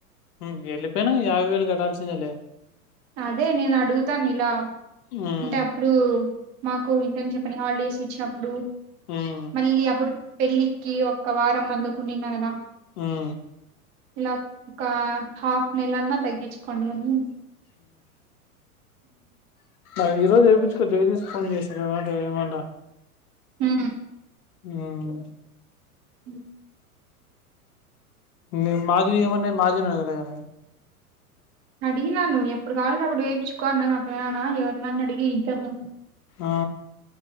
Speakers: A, on the left; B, on the right.
A: మ్ వెళ్ళిపోయినా యాభై వేలు గట్టాల్సిందే లే
B: అదే నేను అడుగుతాను ఇలా
A: ఉమ్
B: అంటే అప్పుడు మాకు ఇంటర్ని చెప్పని హాలిడేస్ ఇచ్చినప్పుడు
A: ఉమ్
B: మళ్ళీ అప్పుడు పెళ్ళికి ఒక్క వారం అందుకునిన్న కదా
A: ఉమ్
B: ఇలా ఒక హాఫ్ నెల్ అన్నా తగ్గించుకోండి అనీ.
A: అ. ఈరోజు చేపిచుకో జగదీష్ ఫోన్ చేసిన ఏమంట ఏమంట.
B: హ్మ్.
A: ఉమ్.
B: హ
A: మీది మాధువి ఎమ మాధుని అడగాలి కదా మీరు.
B: అడిగినాను ఎప్పుడు కావాలంటే అప్పుడు వేయిచుకో నా నాన్న ఎవరినన్ను అడిగి ఇద్దాము.
A: ఆ.